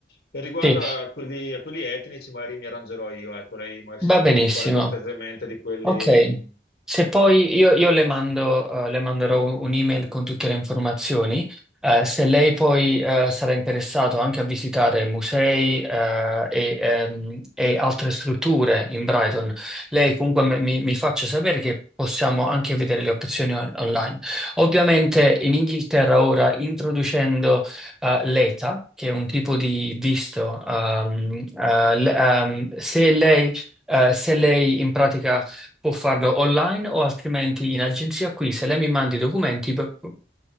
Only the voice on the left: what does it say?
E riguardo
a quelli, a quelli etnici, magari mi arrangerò io, ecco, lei magari
se si
può occupare cortesemente di quelli...
mm,